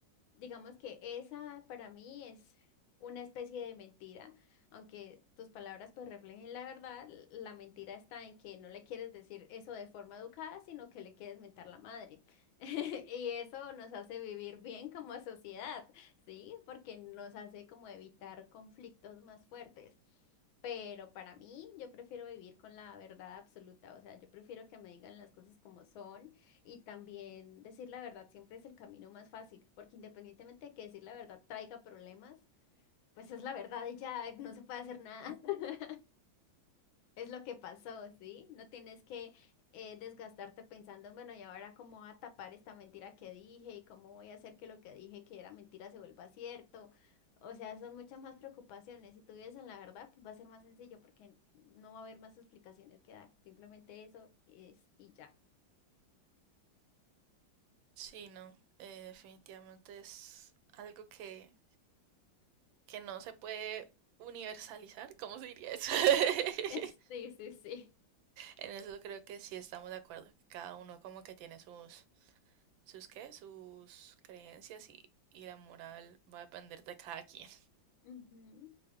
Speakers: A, on the left; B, on the right.
A: Digamos que esa para mí es una especie de mentira, aunque tus palabras pues reflejen la verdad, l- la mentira está en que no le quieres decir eso de forma educada, sino que le quieres mentar la madre. <laughs> Y eso nos hace vivir bien como sociedad, ¿sí? Porque nos hace como evitar conflictos más fuertes. Pero para mí, yo prefiero vivir con la verdad absoluta, o sea, yo prefiero que me digan las cosas como son y también decir la verdad siempre es el camino más fácil, porque independientemente de que decir la verdad traiga problemas, pues es la verdad y ya no se puede hacer nada. <laughs> Es lo que pasó, ¿sí? No tienes que eh, desgastarte pensando, bueno, ¿y ahora cómo voy a tapar esta mentira que dije? ¿Y cómo voy a hacer que lo que dije que era mentira se vuelva cierto? O sea, son muchas más preocupaciones. Si tú vives en la verdad, pues va a ser más sencillo porque no va a haber más explicaciones que dar. Simplemente eso es y ya.
B: Sí, no, eh, definitivamente es algo que, que no se puede universalizar, ¿cómo se diría eso? <laughs>
A: <laughs> Sí, sí, sí.
B: En eso creo que sí estamos de acuerdo, que cada uno como que tiene sus sus qué, sus creencias y, y la moral va a depender de cada quien.
A: Ujú,